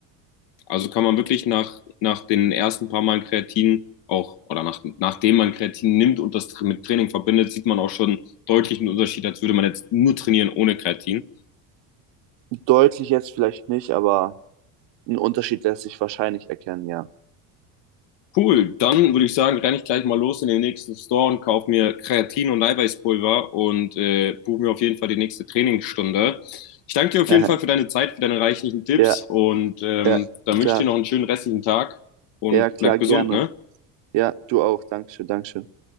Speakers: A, on the left; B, on the right.
A: Also kann man wirklich nach, nach den ersten paar Mal Kreatin auch, oder nach, nachdem man Kreatin nimmt und das mit Training verbindet, sieht man auch schon deutlichen Unterschied, als würde man jetzt nur trainieren ohne Kreatin.
B: deutlich jetzt vielleicht nicht, aber ein Unterschied lässt sich wahrscheinlich erkennen, ja.
A: Cool, dann würde ich sagen, renne ich gleich mal los in den nächsten Store und kaufe mir Kreatin und Eiweißpulver und äh, buche mir auf jeden Fall die nächste Trainingsstunde. Ich danke dir auf
B: <laughs>
A: jeden Fall für deine Zeit, für deine reichlichen Tipps
B: ja,
A: und ähm,
B: ja,
A: dann
B: klar.
A: wünsche ich dir noch einen schönen restlichen Tag und
B: Ja, klar,
A: bleib gesund,
B: gerne.
A: ne?
B: Ja, du auch. Dankeschön, Dankeschön.